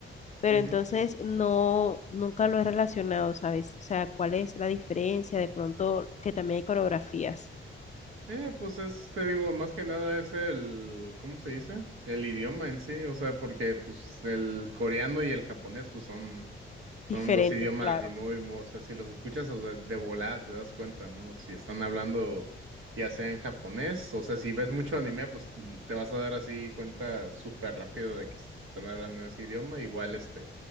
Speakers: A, on the left (about 35°); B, on the right (about 75°).
A: Pero
B: ujú.
A: entonces no, nunca lo he relacionado, ¿sabes? O sea, ¿cuál es la diferencia? De pronto que también hay coreografías
B: Eh, pues es, te digo, más que nada es el, ¿cómo se dice? El idioma en sí, o sea, porque pues el coreano y el japonés pues son, son
A: diferentes,
B: dos idiomas
A: claro.
B: así muy, muy- o sea, si los escuchas o sea, de volada te das cuenta, ¿no? Si están hablando ya sea en japonés, o sea, si ves mucho anime, pues mm, te vas a dar así cuenta súper rápido de que pues, están hablando ese idioma, igual este,